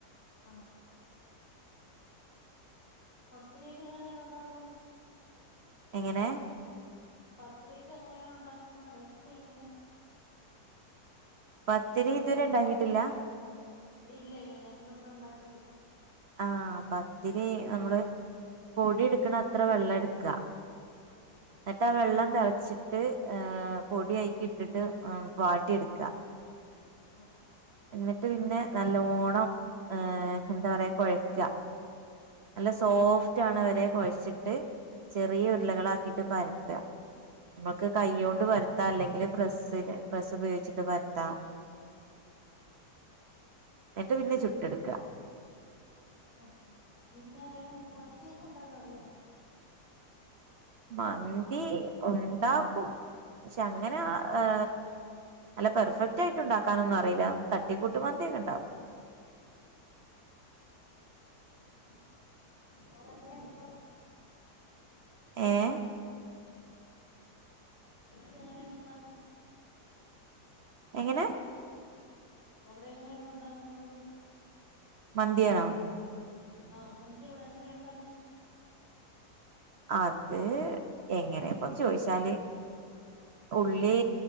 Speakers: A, on the left; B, on the right.
A: ആഹ് പത്തിരിയെക്കെ എങ്ങനെയാണ് ഉണ്ടാക്കുന്നത്
B: എങ്ങനെ
A: പത്തിരി ഒക്കെ എങ്ങനെയാണ് ഉണ്ടാക്ക്ന്നത് റെസ്പ്പി എങ്ങനേണ്
B: പത്തിരി ഇതുവരെ ഇണ്ടാക്കിയിട്ടില്ല
A: ഇല്ല ഇല്ല ഞങ്ങള് ഇവടെ ഉണ്ടാക്കിയിട്ടില്ല
B: ആഹ് പത്തിരി നമ്മള് പൊടി ഇട്ക്ക്ണ അത്രെ വെള്ളം ഇട്ക്കാ ഇന്ന്ട്ടാ
A: ആഹ്
B: ആ വെള്ളം തെളച്ചിട്ട് പൊടി ഐക്ക് ഇട്ടിട്ട് ഉം വാട്ടി ഇട്ക്കാ
A: വാണം
B: ഇന്ന്ട്ട് പിന്നെ നല്ലോണം ഹ് എന്താ പറയാ കാെയക്കാ നല്ല സോഫ്റ്റ്
A: ആഹ്
B: ആവ്ണത് വെരെ കൊയച്ച്ട്ട് ചെറിയ
A: ആഹ്
B: ഉര്ളകളാക്കീട്ട് പരത്താ ഇമ്മക്ക് കയ്യോണ്ട്
A: ആഹ്
B: പരത്താ അല്ലെങ്കില് പ്രസ്സിന് പ്രസ് ഉപയോഗിച്ചിട്ട് പരത്താം
A: ആഹ്
B: എൻട്ട് പിന്നെ ചുട്ടെട്ക്കാ
A: ആഹ് ആഹ് പിന്നെ മന്തിയൊക്കെ ഉണ്ടാക്കാൻ അറിയാേ
B: മന്തി ഉണ്ടാക്കും പക്ഷെ അങ്ങനെ ഹ് നല്ല പെർഫെക്റ്റ് ആയിട്ട് ഉണ്ടാ ക്കാനൊന്നും അറീല തട്ടിക്കൂട്ട് മന്തിയെക്കെ ഇണ്ടാക്കും
A: ആഹ് ഇവടെ എങ്ങനെയാ ഉണ്ടാക്കും
B: ഏഹ്‌
A: അവടെയെക്കെ എങ്ങനെയാണ് ഉണ്ടാക്കുന്നത്
B: എങ്ങനെ
A: അവടെ എങ്ങനെയാണ് ഉണ്ടാക്കുന്നത്
B: മന്തിയാണോ
A: ആഹ്‌ മന്തി അവടെ എങ്ങനെയാ ഇണ്ടാക്ക്ന്ന്
B: അത് എങ്ങനെ ഇപ്പോന്ന് ചോയിച്ചാല് ഉള്ളി